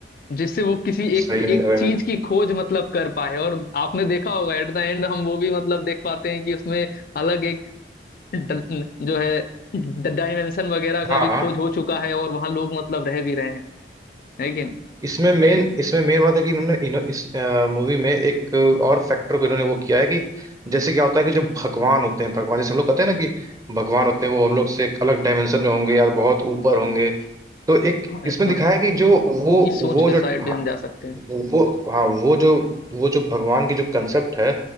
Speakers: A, on the left; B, on the right.
A: जिससे वो किसी एक
B: सही में
A: एक
B: सही
A: चीज
B: में
A: की खोज मतलब कर पाए और आपने देखा होगा एट द एंड हम वो भी मतलब देख पाते हैं कि उसमें अलग एक ड- जो है डायमेंशन वगैरह का
B: हाँ
A: भी
B: हाँ
A: खोज हो चुका है और वहां लोग मतलब रह भी रहे हैं लेकिन
B: इसमें मेन इसमें मेन बात है कि इन्होंने इन्हों, इस मूवी में एक और फैक्टर को इन्होंने वो किया है कि जैसे क्या होता है कि जो भगवान होते हैं भगवान जैसे हम लोग कहते हैं ना कि भगवान होते हैं वो हम लोग से एक अलग डायमेंशन में होंगे या बहुत ऊपर होंगे तो एक
A: हाँ
B: इसमें
A: एकदम
B: दिखाया है कि जो वो
A: इस सोच
B: वो
A: के
B: जो
A: साइड
B: हाँ,
A: भी हम जा सकते हैं
B: वो हाँ वो जो वो जो भगवान की जो कंसेप्ट है